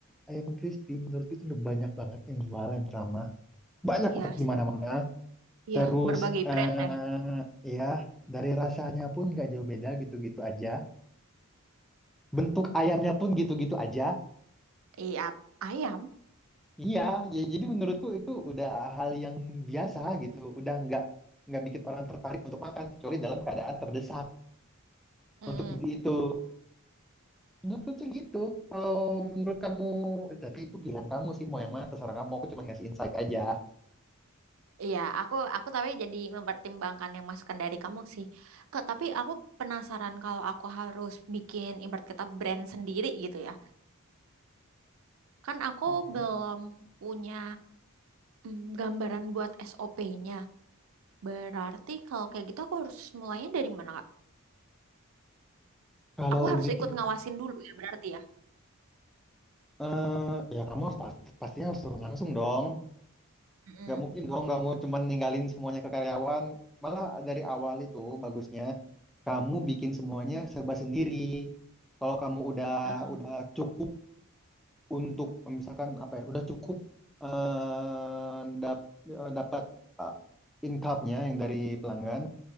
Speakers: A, in the centre; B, on the right.
A: ayam crispy, menurutku itu udah banyak banget yang jualan pertama. Banyak
B: iya
A: banget di
B: sih
A: mana-mana.
B: iya
A: Terus,
B: berbagai
A: eh
B: brand ya
A: ya, dari rasanya pun nggak jauh beda gitu-gitu aja. bentuk ayamnya pun gitu-gitu aja.
B: iya ayam
A: Iya, ya jadi menurutku itu udah hal yang biasa gitu. Udah nggak nggak bikin orang tertarik untuk makan kecuali dalam keadaan terdesak
B: Mm.
A: untuk beli itu. Menurutku sih gitu. Kalau menurut kamu, tapi itu pilihan kamu sih mau yang mana terserah kamu. Aku cuma ngasih insight aja.
B: Iya, aku aku tapi jadi mempertimbangkan yang masukan dari kamu sih. Kak, tapi aku penasaran kalau aku harus bikin ibarat kata brand sendiri gitu ya. Kan aku
A: Mhm.
B: belum punya mm, gambaran buat SOP-nya. Berarti kalau kayak gitu aku harus mulainya dari mana, Kak?
A: Kalau
B: Aku harus
A: bikin,
B: ikut ngawasin dulu ya berarti ya.
A: eh ya kamu harus pasti, pastinya harus turun langsung dong.
B: Mm-mm.
A: Nggak mungkin dong kamu cuma ninggalin semuanya ke karyawan. Malah dari awal itu bagusnya kamu bikin semuanya serba sendiri. Kalau kamu udah
B: Ah,
A: udah cukup untuk eh, misalkan apa ya, udah cukup eh, dap- eh, dapat eh, income-nya yang dari pelanggan